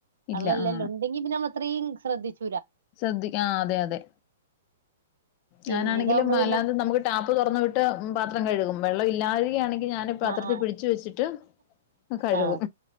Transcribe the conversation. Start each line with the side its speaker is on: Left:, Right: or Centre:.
Left: ഇല്ല
Right: വള്ളം ഇല്ലല്ലാം
Left: ആ
Right: ഉണ്ടെങ്കി പിന്നെമ്മ അതൃ ശ്രദ്ധിച്ചു
Left: ശ്രദ്ധിക്ക ആ അതെ അതെ
Right: പിന്നെ
Left: ഞാനാണെങ്കിലും
Right: ഇതാവുമ്പോ പിന്നെ
Left: അല്ലാതെ നമുക്ക് ടാപ്പ് തുറന്നു വിട്ട് പാത്രം കഴുകും വെള്ളം ഇല്ലാതെ ക്കെയാണെങ്കിൽ പാത്രത്തിൽ
Right: ആഹ് ആഹ്
Left: പിടിച്ചുവെച്ച്ട്ട് കഴുകും.
Right: ആഹ്